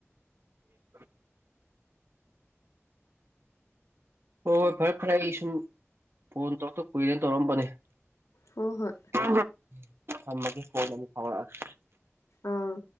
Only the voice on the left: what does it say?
ꯍꯣꯏ ꯍꯣꯏ
ꯑꯥ